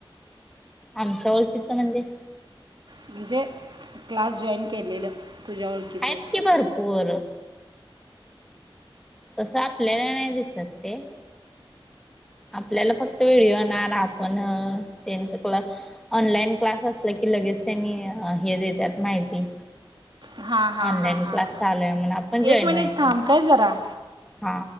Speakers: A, in the centre; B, on the right (about 55°).
A: आमच्या ओळखीच म्हणजे
B: म्हणजे क्लास जॉईन केलेलं..... तुझ्या ओळखीचं
A: हायत
B: असं
A: की भरपूर तसं आपल्याला नाय दिसत ते आपल्याला फक्त <unintelligible> पण त्यांचं क्ला ऑनलाईन क्लास असलं की लगेच त्यांनी हे देत्यात माहिती.
B: हां हां
A: ऑनलाईन
B: हां हां
A: क्लास चालू आहे म्हणून आपण जॉईन
B: एक मिनिट
A: व्हायचं
B: थांब काय जरा
A: हा